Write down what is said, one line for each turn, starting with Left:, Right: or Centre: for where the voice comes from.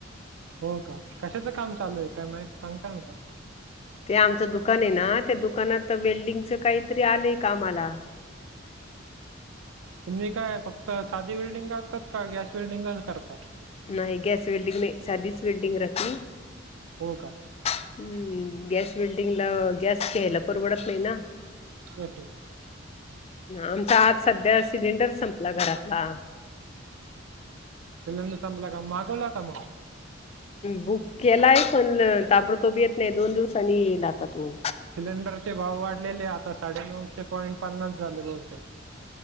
Right: हो का कशाचं काम चालू आहे काय मा सांगता न का?
Left: ते आमचं दुकान आहे ना त्या दुकानात वेल्डिंगचं काहीतरी आलंय का आम्हाला
Right: तुम्ही काय फक्त साधी विल्डिंग करतात का गॅस विल्डिंगच करता.
Left: नाही गॅस वेल्डिंग नाही साधीच वेल्डिंग राती
Right: हो का!
Left: हम्म गॅस विल्डिंगला गॅस घ्यायला परवडत नाही. ना
Right: ओट <unintelligible>
Left: आमचा आज सध्या सिलेंडर संपला घरातला.
Right: सिलेंडर संपला का मागवला का मग?
Left: बुक केलाय पण ताबडतो बी येत नाही. दोन दिवसांनी येईल आता तो
Right: सिलेंडरचे भाव वाढलेले आता साडेनऊशे पॉईंट पन्नास झाले बहुतेक